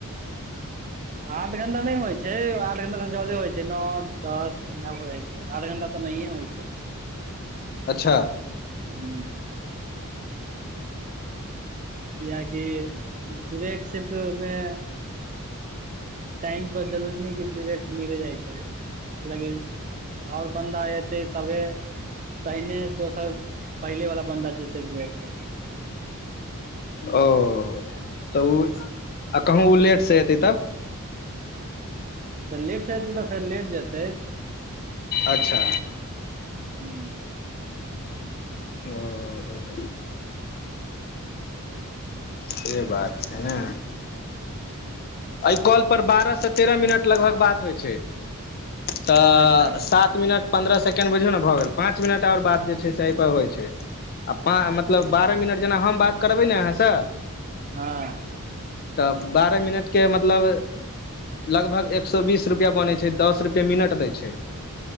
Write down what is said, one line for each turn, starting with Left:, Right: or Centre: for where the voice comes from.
Right: आठ घंटा नहि होइ छै आठ घंटा से जदे होइ छै नओ दस एना भ जैछै आठ घंटा तऽ नहियए होइ छै
Left: अच्छा
Right: हू किएकि ब्रेक शिफ्टमे टाइम पर जरूरी नै कि मिले जाइ छै लेकिन आओर बन्दा एतै तबे पहिने दोसर पहिले वाला बन्दा जेते ब्रेक पर
Left: ओ तऽ ओ आ कहूँ ओ लेट से एतै तब
Right: तऽ लेट सँ एतै तऽ लेट जतै
Left: अच्छा
Right: हू
Left: ओ से बात छै ने एहि कॉलपर बारह सँ तेरह मिनट लगभग बात होइ छै तऽ
Right: अच्छा
Left: सात मिनट पन्द्रह सेकेण्ड बुझियौ ने भऽ गेल पाँच मिनट आओर बात जे छै से होइ छै आ प मतलब बारह मिनट जेना हम बात करबै ने अहाँसँ
Right: हँ
Left: तब बारह मिनट के मतलब लगभग एक सौ बीस रुपैआ बनै छै दस रुपैआ मिनट दै छै